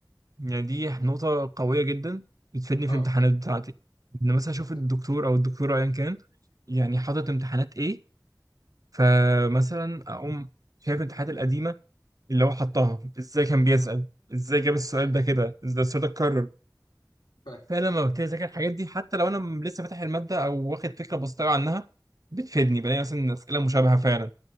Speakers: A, on the right (about 50°); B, on the left (about 85°).
A: يعني دي نقطة قوية جدا بتفيدني في
B: اه
A: الامتحانات بتاعتي ان مثلا اشوف
B: ده-
A: الدكتور او الدكتورة ايا كان يعني حاطط امتحانات ايه فمثلا اقوم شايف الامتحانات القديمه اللي هو حطها ازاي كان بيسال
B: مم.
A: ازاي جاب السؤال
B: ايوه
A: ده كده ازاي ده السؤال ده اتكرر
B: فاهم
A: فلما ببتدي اذاكر الحاجات دي حتى لو انا م- لسه فاتح الماده او واخد فكره بسيطه أوي عنها بتفيدني بلاقي مثلا اسئله مشابهه فعلا